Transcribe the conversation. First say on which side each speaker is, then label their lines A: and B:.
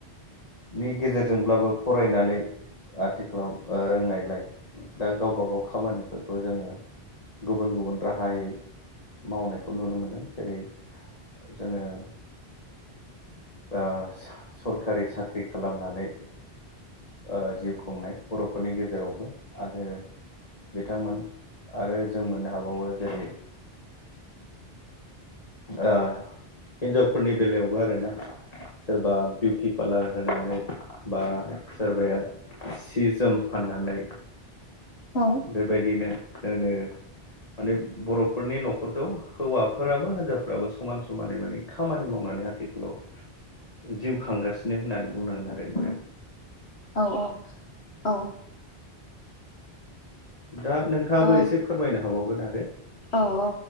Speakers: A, on the left (about 35°); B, on the left (about 85°).
A: नि गेजेरजोंब्लाबो फरायनानै आथिखालाव रोंनायलाय दा गावबा गाव खामानिफोरखौ जोङो गुबुन गुबुन राहायै मावनायखौ नुनो मोनदों जेरै जोङो ओ सरखारि साख्रि खालामनानै ओ जिउ खुंनाय बर'फोरनि गेजेरावबो आरो बिथांमोन आरो जों मोननो हाबावो जेरै ओ हिन्जावफोरनि बेलायावबो आरोना सोरबा बिउटि पार्लार होनानै बा सोरबाया सि जोम फाननानै
B: अ
A: बेबायदिनो जोंनो माने बर'फोरनि न'खरखौ हौवाफोराबो होन जावफ्राबो समान समानै माने खामानि मावनानै आथिखालाव जिउ खांगासिनो होननानै बुंनांगोन आरो नोंथां।
B: औ औ औ
A: दा नोंथाङाबो
B: ओ
A: एसे फोरमायनो हाबावगोन आरो
B: औ औ